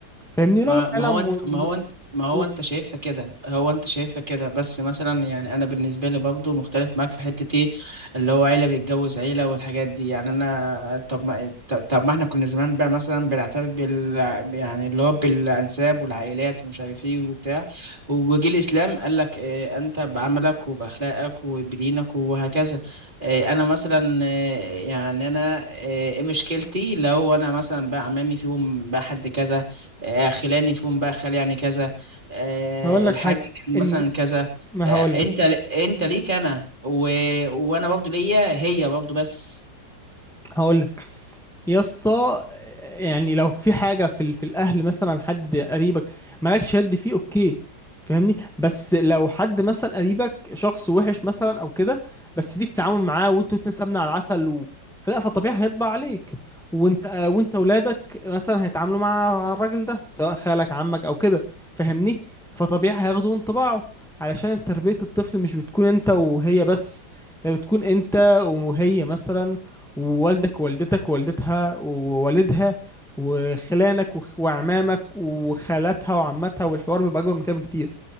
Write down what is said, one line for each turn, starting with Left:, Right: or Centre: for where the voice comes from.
Centre: فاهمني
Right: ما
Centre: لو العيله
Right: ما هو
Centre: م...
Right: انت ما هو انت ما هو
Centre: م...
Right: انت شايفها كده هو انت شايفها كده بس مثلا يعني انا بالنسبه لي برضو مختلف معاك في حته ايه اللي هو عيله بيتجوز عيله والحاجات دي يعني انا طب ما طب طب ما احنا كنا زمان بقى مثلا بنعترف بال يعني اللي هو بالانساب والعائلات ومش عارف ايه وبتاع وجي الاسلام قال لك اه انت بعملك وباخلاقك وبدينك وهكذا اه انا مثلا اه يعني انا اه ايه مشكلتي لو انا مثلا بقى عمامي فيهم بقى حد كذا آه، خلاني فيهم بقى خال يعني كذا آه،
Centre: هقول لك
Right: الحاج
Centre: حاجه
Right: كان
Centre: ان
Right: مثلا كذا
Centre: ما
Right: آه،
Centre: هقول
Right: انت انت ليك انا و... وانا برضه ليا هي برضه بس
Centre: هقول يا اسطى يعني لو في حاجة في ال- في الأهل مثلا حد قريبك مالكش يد فيه أوكي فاهمني بس لو حد مثلا قريبك شخص وحش مثلا أو كده بس ليك تعامل معاه وانتوا الاتنين سمنة على العسل و... فلا فطبيعي هيطبع عليك وانت آه، وانت ولادك مثلا هيتعاملوا مع مع الراجل ده سواء خالك عمك أو كده فاهمني فطبيعي هياخدوا انطباعه علشان تربية الطفل مش بتكون انت وهي بس ده بتكون انت وهي مثلا ووالدك ووالدتك ووالدتها ووالدها وخلانك وخ- وعمامك وخالاتها وعماتها والحوار بيبقى اكبر من كده بكتير